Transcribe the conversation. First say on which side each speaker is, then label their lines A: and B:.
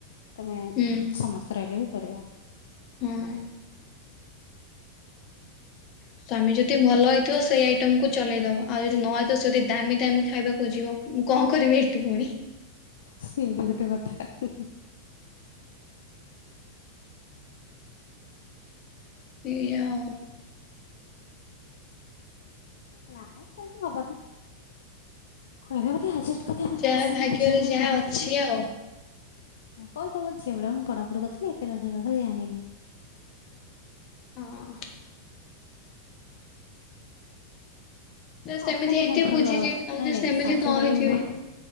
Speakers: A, on the left; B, on the left.
A: ତମେ
B: ହୁଁ
A: ସମସ୍ତେ ରହିଲେ ବି କରିବ।
B: ହଁ। ସ୍ୱାମୀ ଯଦି ଭଲ ହେଇଥିବ ସେଇ ଆଇଟମ କୁ ଚଲେଇଦବା ଆଉ ଯଦି ନହଇଥିବ ସେ ଯଦି ଦାମି ଦାମୀ ଖାଇବା ଖୋଜିବ। ମୁଁ କଣ କରିବେ ଏଠି ପୁଣି।
A: ସ୍ତ୍ରୀ ବି ଗୋଟେ କଥା
B: ଏଆ
A: ସେମତି ହବନି କହିଦେବ କଥା ମତେ
B: ଯାହା
A: ଆସନି
B: ଭାଗ୍ୟରେ
A: ମୁଁ ଝିଅ ବେଳେ
B: ଯାହା
A: କରିନଥିଲି।
B: ଅଛି ଆଉ।
A: ହଁ କହିଦବ ଝିଅ ବେଳେ ମୁ ପାଢପଢି କରୁଥିଲି ଏତେ ରୋଷେଇ ବାସ ଜାଣିନି।
B: ହଁ ସେମିତି
A: ଅଛନ୍ତି
B: ହେଇଥିବେ
A: ନା ଭଲ
B: ବୁଝିଛି ଆଉ
A: ନାଇଁ
B: ଯଦି
A: ନାଇଁ
B: ସେମିତି
A: ଶାଶୁଘରେ
B: ନ ହେଇଥିବେ
A: ବହୁତ